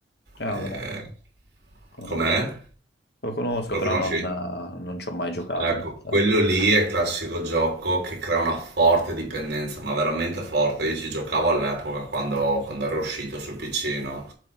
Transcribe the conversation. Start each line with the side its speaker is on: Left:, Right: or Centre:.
Left: Cioè,
Right: eh,
Left: vabbè, lo conosco,
Right: com'è?
Left: Lo conosco,
Right: Lo
Left: però
Right: conosci?
Left: non, non ci ho mai giocato
Right: Ecco,
Left: in realtà.
Right: quello lì è il classico gioco che crea una forte dipendenza, ma veramente forte. Io ci giocavo all'epoca quando, quando era uscito sul PC, no?